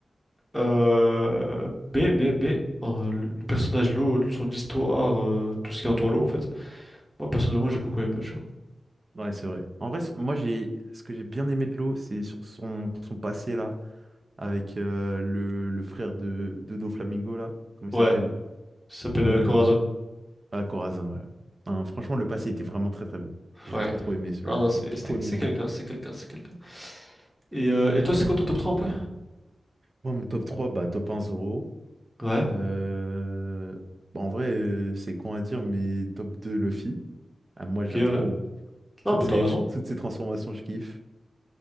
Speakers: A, in the centre; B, on the right.
A: Euh, mais, mais, mais, euh, le personnage, l'eau, son histoire, euh, tout ce qui entoure l'eau, en fait. Moi, personnellement, j'ai beaucoup aimé, tu vois.
B: Ouais, c'est vrai. En vrai, s- moi j'ai ce que j'ai bien aimé de l'eau, c'est sur son son passé là avec euh, le, le frère de de Doflamingo là, comment il
A: Ouais,
B: s'appelle?
A: il s'appelle euh,
B: Euh...
A: Corazon.
B: Ah, Corazon, ouais. Hein, franchement, le passé était vraiment très très bien. J'ai
A: Ouais.
B: trop trop aimé celui-là.
A: ah non, c'est
B: Il est
A: c'était-
B: trop émouvant.
A: c'est quelqu'un, c'est quelqu'un, c'est quelqu'un. Et, euh, et toi, c'est quoi ton top 3 un peu?
B: Moi, mon top 3, bah top un Zoro.
A: Ouais,
B: Euh, bah, en vrai, euh, c'est con à dire, mais top 2 Luffy. Ah, moi,
A: ok,
B: j'aime
A: ouais.
B: trop. hein. Toutes
A: Non, mais
B: ces,
A: t'as raison.
B: toutes ces transformations, je kiffe.